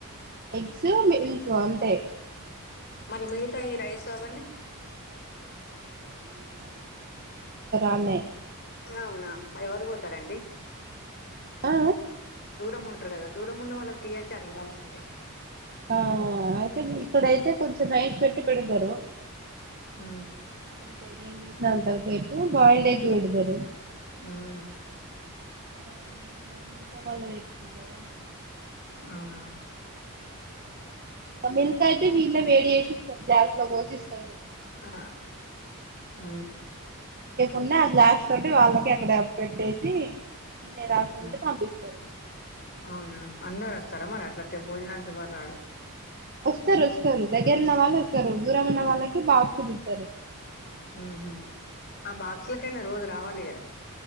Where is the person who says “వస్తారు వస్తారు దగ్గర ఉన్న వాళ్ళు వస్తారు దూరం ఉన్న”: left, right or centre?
Right